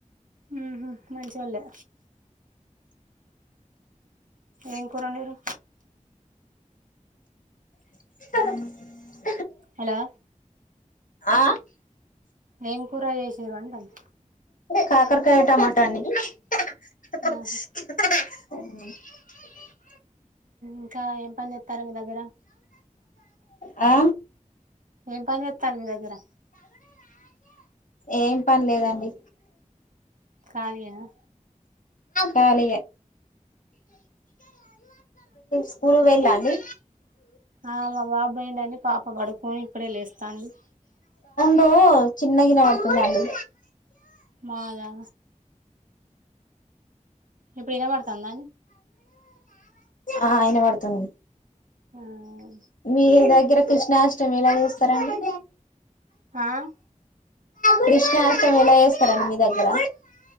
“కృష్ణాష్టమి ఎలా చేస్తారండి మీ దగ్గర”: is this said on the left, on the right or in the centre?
Left